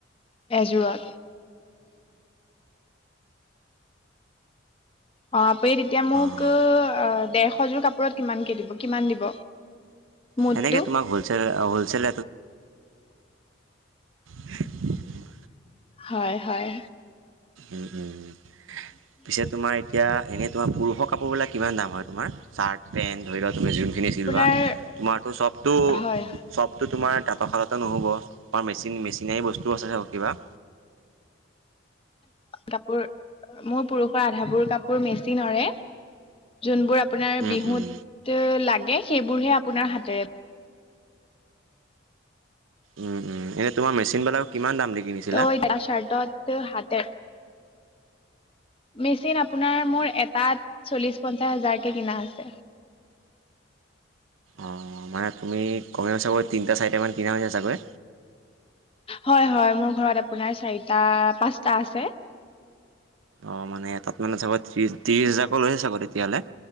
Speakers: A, on the left (about 30°); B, on the right (about 85°).
A: এজোৰাত? অ আপুনি তেতিয়া মোক
B: অঁ
A: ডৰশযোৰ কাপোৰত কিমানকে দিব? কিমান দিব? মুঠটো
B: সেনেকে তোমাক হলছেল-হলছেল <unintelligible>
A: হয়- হয়।
B: উম, পিছে তোমাৰ এতিয়া এনেই তোমাৰ পুৰুষৰ কাপোৰবিলাক কিমান দাম হয় তোমাৰ চাৰ্ট পেণ্ট ধৰি লওক তুমি যোনখিনি ছিলোৱা
A: আপোনাৰ
B: তোমাৰটো চবটো-
A: হয়
B: চবটো তোমাৰ তাতৰশালতে নহ'ব বা মেচিন মেচিনাৰী বস্তুও আছে ন কিবা।
A: কাপোৰ মোৰ পুৰুষৰ আধাবোৰ কাপোৰ মেচিনৰে যোন বোৰ আপ আপোনাৰ
B: উম,
A: বিহুত
B: উম।
A: লাগে সেইবোৰহে আপোনাৰ হাতেৰে
B: উম- উম এনেই তোমাৰ মেচিন বিলাক কিমান দাম দি কিনিছিলা?
A: ত' <unintelligible> চাৰ্টত হাতে মেচিন আপোনাৰ মোৰ এটাত চল্লিশ পঞ্চাছ হাজাৰকে কিনা হৈছে।
B: অ', মানে তুমি কমেও চাগৈ তিনিটা চাৰিটামান কিনা হৈ হৈছে চাগৈ।
A: হয় - হয়, মোৰ ঘৰত আপুনাৰ চাৰিটা পাঁচটা আছে।
B: অ', মানে এটাত মানে চাগৈ ত্ৰিশ- ত্ৰিশ হাজাৰকৈ লৈছে চাগৈ তেতিয়াহ'লে।